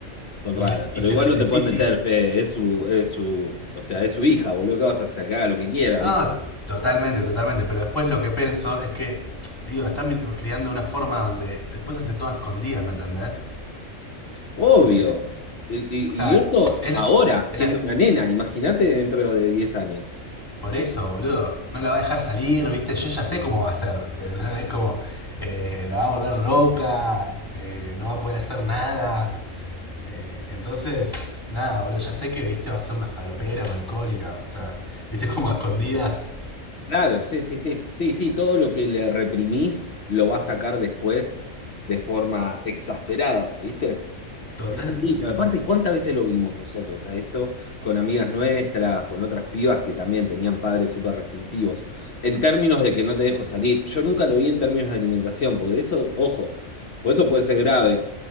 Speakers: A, on the left; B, on the left.
A: Son
B: Y,
A: raras.
B: le- y
A: Pero
B: se
A: igual
B: lo decís
A: no te puedes meter,
B: y...
A: Fede. Es su, es su, o sea, es su hija, boludo. ¿Qué vas a hacer? Que haga lo que quiera,
B: No,
A: ¿viste?
B: totalmente, totalmente. Pero después lo que pienso es que, digo, la están mi- criando de una forma donde después hace todo a escondidas, ¿me entendés?
A: Obvio.
B: La- la-
A: Y,
B: O sea,
A: y, y esto
B: él,
A: ahora, siendo
B: él- la-
A: una nena. Imagínate dentro de 10 años.
B: Por eso, boludo. No la va a dejar salir, ¿viste? Yo ya sé cómo va a ser. ¿verdad? Es como. eh, la va a volver loca. eh, no va a poder hacer nada. eh, entonces. Nada, boludo. Ya sé que, ¿viste? Va a ser una falopera, una alcohólica. O sea, ¿viste? <laughs> Como a escondidas.
A: Claro, sí, sí, sí. Sí, sí, todo lo que le reprimís lo va a sacar después de forma exasperada, ¿viste?
B: Totalmente,
A: Es así. Bueno,
B: boludo.
A: Aparte, ¿cuántas veces lo vimos nosotros a esto con amigas nuestras, con otras pibas que también tenían padres súper restrictivos? En términos de que no te dejo salir. Yo nunca lo vi en términos de alimentación, porque eso, ojo, por eso puede ser grave.